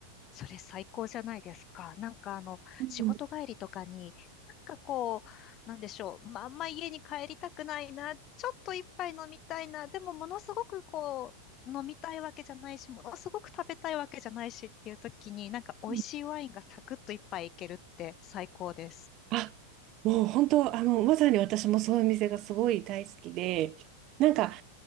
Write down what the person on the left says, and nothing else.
それ最高じゃないですか。なんかあの、
仕事帰りとかに、なんかこう、なんでしょう。まあ、あんま家に帰りたくないな。ちょっと一杯飲みたいな。でもものすごくこう、飲みたいわけじゃないし、ものすごく食べたいわけじゃないしっていう時に、なんか美味しいワインがサクッと一杯いけるって最高です。